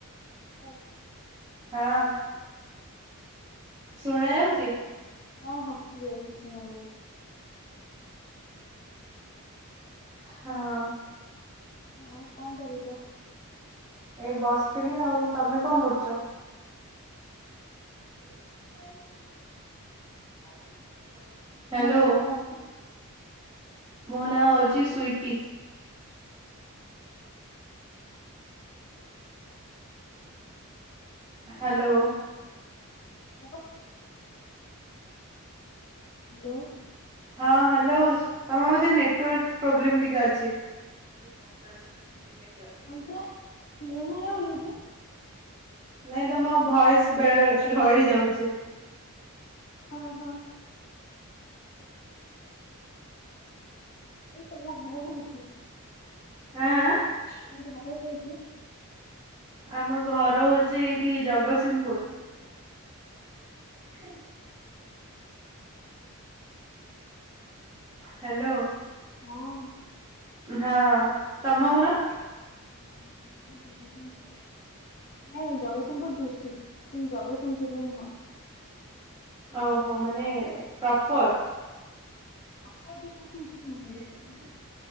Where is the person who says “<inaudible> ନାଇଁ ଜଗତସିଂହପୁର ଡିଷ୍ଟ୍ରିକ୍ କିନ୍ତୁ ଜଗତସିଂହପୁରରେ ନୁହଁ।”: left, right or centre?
Left